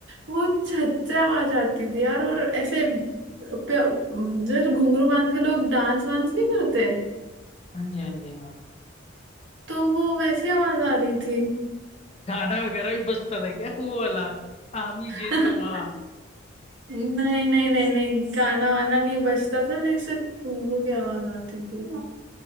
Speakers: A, on the right (about 70°); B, on the left (about 30°).
A: वो छच्चे आवाज आती थी यार और ऐसे प- जो घुंघरू बांध के लोग डांस वांस नहीं करते
B: हाँ जी हाँ जी हाँ
A: तो वो वैसी आवाज आ रही थी
B: गाना वगैरह भी बजता था क्या वो वाला आमी
A: <laughs>
B: जे तुम आ
A: नहीं नहीं नहीं नहीं गाना वाना नहीं बजता था लेकिन सिर्फ घुंघरू की आवाज आती थी